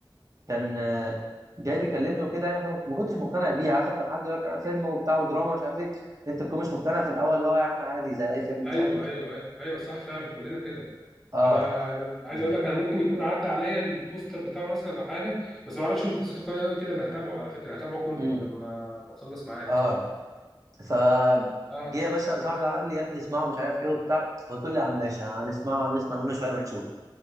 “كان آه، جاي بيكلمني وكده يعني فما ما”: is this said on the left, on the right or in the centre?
Right